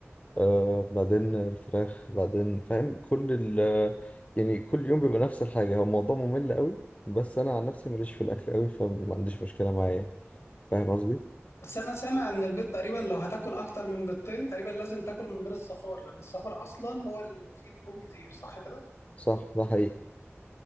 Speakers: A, on the left; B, on the left.
A: آه بعدين الفراخ بعدين فاهم كل ال يعني كل يوم بيبقى نفس الحاجة هو الموضوع ممل قوي بس انا عن نفسي ماليش في الاكل قوي فما عنديش مشكلة معايا فاهم قصدي
B: بس انا سامع ان البيض تقريبا لو هتاكل اكتر من بيضتين تقريبا لازم تاكل من غير الصفار لان الصفار اصلا هو اللي فيه دهون كتير صح كده
A: صح ده حقيقي